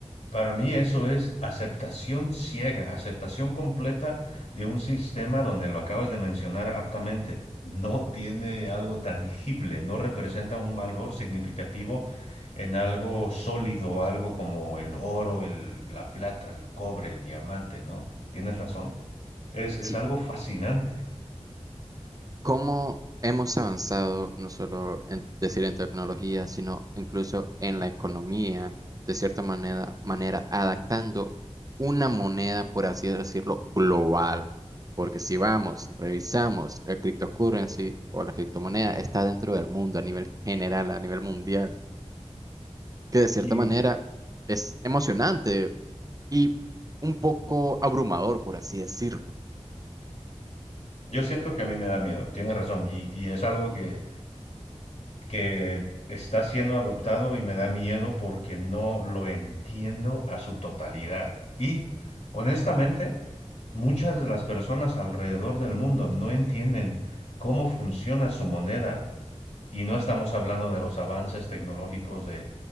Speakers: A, on the left; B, on the right.
A: para mí eso es aceptación ciega, aceptación completa de un sistema donde lo acabas de mencionar aptamente. No tiene algo tangible, no representa un valor significativo en algo sólido, algo como el oro, el- la plata, el cobre, el diamante, ¿no? Tienes razón. Es, es
B: Sí,
A: algo fascinante.
B: cómo hemos avanzado no solo en decir en tecnología, sino incluso en la economía, de cierta manera, manera adaptando una moneda, por así decirlo, global. Porque si vamos, revisamos el cryptocurrency o la criptomoneda, está dentro del mundo a nivel general, a nivel mundial. que de cierta
A: Y
B: manera es emocionante y un poco abrumador, por así decirlo.
A: yo siento que a mí me da miedo, tienes razón. Y, y es algo que que está siendo adoptado y me da miedo porque no lo entiendo a su totalidad. Y honestamente, muchas de las personas alrededor del mundo no entienden cómo funciona su moneda. Y no estamos hablando de los avances tecnológicos de,